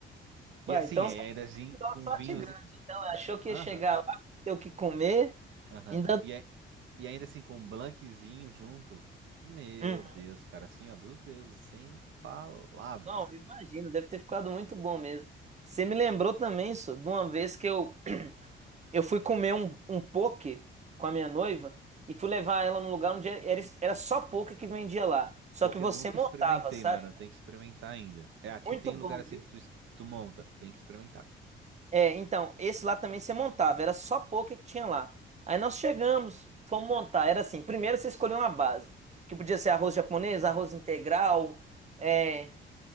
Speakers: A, on the right (about 75°); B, on the right (about 35°).
A: E
B: Ué,
A: assim,
B: então
A: é,
B: você
A: ainda assim,
B: tirou
A: com
B: só
A: vinhos.
B: tigrão. Achou que
A: Aham,
B: ia chegar lá, ter o que comer.
A: aham.
B: Ainda.
A: E, é- e ainda assim, com um blanquezinho junto. Meu
B: Uhum.
A: Deus, cara, assim, ó, dos deuses, sem palavras.
B: Não, eu imagino, deve ter ficado muito bom mesmo. Você me lembrou também, só, de uma vez que eu, <clears throat> eu fui comer um, um poke com a minha noiva e fui levar ela num lugar onde era, era só poke que vendia lá. Só
A: Porque
B: que você
A: eu nunca
B: montava,
A: experimentei,
B: sabe?
A: mano, eu tenho que experimentar ainda. É, aqui
B: Muito
A: tem
B: bom,
A: lugar assim
B: viu?
A: que tu, es- tu monta, tem que experimentar.
B: É, então, esse lá também você montava, era só poker que tinha lá. Aí nós chegamos, fomos montar. Era assim: primeiro você escolhia uma base, que podia ser arroz japonês, arroz integral, é,